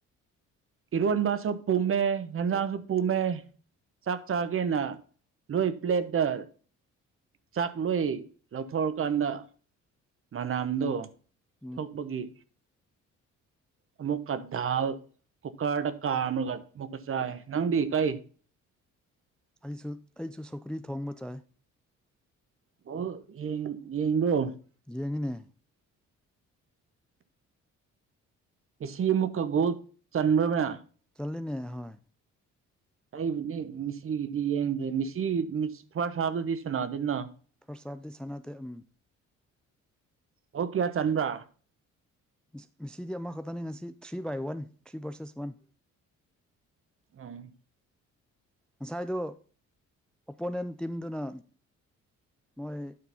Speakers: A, on the right; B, in the centre.
A: ꯏꯔꯣꯟꯕꯥꯁꯨ ꯄꯨꯝꯃꯦ ꯍꯦꯟꯖꯥꯡꯁꯨ ꯄꯨꯝꯃꯦ ꯆꯥꯛ ꯆꯥꯒꯦꯅ ꯂꯣꯏ ꯄ꯭ꯂꯦꯠꯇ ꯆꯥꯛꯂꯣꯏ ꯂꯧꯊꯣꯛꯔꯀꯥꯟꯗ ꯃꯅꯥꯝꯗꯣ
B: ꯎꯝ
A: ꯊꯣꯛꯄꯒꯤ ꯑꯃꯨꯛꯀ ꯙꯥꯜ ꯀꯨꯀꯔꯗ ꯀꯥꯝꯔꯒ ꯑꯃꯨꯛꯀ ꯆꯥꯏ ꯅꯪꯗꯤ ꯀꯩ
B: ꯑꯩꯁꯨ ꯑꯩꯖꯨ ꯁꯧꯒ꯭ꯔꯤ ꯊꯣꯡꯕ ꯆꯥꯏ
A: ꯕꯣꯜ ꯌꯦꯡ ꯌꯦꯡꯕ꯭ꯔꯣ
B: ꯌꯦꯡꯉꯤꯅꯦ
A: ꯃꯦꯁꯤ ꯑꯃꯨꯛꯀ ꯒꯣꯜ ꯆꯟꯕ꯭ꯔ ꯃꯌꯥ
B: ꯇꯜꯂꯦꯅꯦ ꯍꯣꯏ
A: ꯑꯩꯕꯨꯗꯤ ꯃꯤꯁꯤꯒꯤꯗꯤ ꯌꯦꯡꯗꯦ ꯃꯤꯁꯤ ꯐꯥꯔꯁ ꯍꯥꯞꯇꯗꯤ ꯁꯅꯥꯗꯦꯅ
B: ꯐꯔꯁ ꯍꯥꯞꯗꯤ ꯁꯅꯥꯗꯦ ꯎꯝ
A: ꯒꯣꯜ ꯀ꯭ꯌꯥ ꯆꯟꯕ꯭ꯔꯥ
B: ꯃꯤ ꯃꯤꯁꯤꯗꯤ ꯑꯃꯈꯛꯇꯅꯦ ꯉꯁꯤ three by one three versus one
A: ꯑꯣꯡ
B: ꯉꯁꯥꯏꯗꯣ ꯑꯣꯄꯣꯅꯦꯟ ꯇꯤꯝꯗꯨꯅ ꯃꯣꯏ